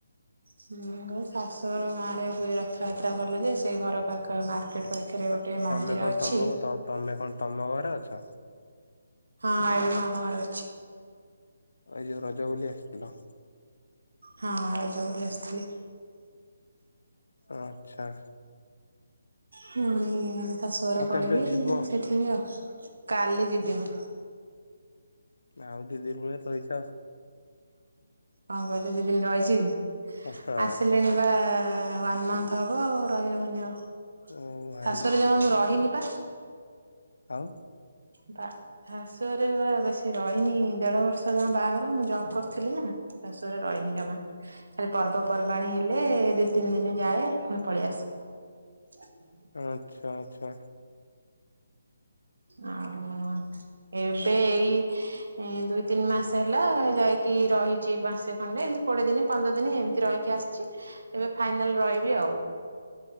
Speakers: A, on the right; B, on the left.
A: ହୁଁ ବା ଶାଶୁଘର ଗାଁ ରେ ହୁଏ ରଥଯାତ୍ରା ଭଲ ଯେ, ସେଇ ଘର ପାଖ ମାର କେଟେ ପାଖରେ
B: ତ
A: ଗୋଟେ ମନ୍ଦିର
B: ତମେ କଣ
A: ଅଛି।
B: ତମ ତମେ କଣ ତମ ଘରେ ଅଛ?
A: ହଁ ଏବେ ମାମା ଘର ଅଛି।
B: ଏ ଯୋଉ ରଜ ବୋଲି ଆସିଥିଲ।
A: ହଁ ଆଜ ବୋଲି ଆସିଥିଲି।
B: ଆଚ୍ଛା।
A: ପୁଣି ଶାଶୁ ଘର
B: ଆଉ
A: ପଳେଇବି।
B: କେବେ ଯିବ?
A: ସେଠିବି ଆଉ କାଲି ଯିବି ମୁଁ।
B: ଆଉ ଦି ଦିନ ଭଳିଆ ରହିଛ
A: କଣ କର ଦି ଦିନ ରହିଛି।
B: ହଁ
A: ଆସିଲେଣି ବା ୱାନ୍ ମନ୍ଥ ହବ, ଆଉ ରହିହବନି ଆଉ।
B: ଓ ଭାଇ
A: ଶାଶୁ ଘରେ ଜମା ମୁଁ ରହିନି ପା।
B: ଆଉ
A: ବା ଶାଶୁ ଘରେ ବା ବେଶୀ ରହିନି, ଦେଢ ବର୍ଷ ଯମା ବାହାଘର ମୁଁ ଜବ୍ କରୁଥିଲି ନା। ଶାଶୁ ଘରେ ରହିନି ଜମା। ଖାଲି ପର୍ବପର୍ବାଣୀ ହେଲେ ଦି ତିନି ଦିନ ଯାଏ ଫୁଣି ପଳେଇଆସେ। ହ
B: ଆଛା ଆଛା।
A: ଆଉ ଏବେ ଏଇ ଦୁଇ ତିନି ମାସ ହେଲା। ଯାଇକି ରହିଛି ବାସେ ଖଣ୍ଡେ ଏମିତି କୋଡିଏ ଦିନ ପନ୍ଦର ଦିନ ଏମିତି ରହିକି ଆସିଛି। ଏବେ ଫାଇନାଲ ରହିବି ଆଉ।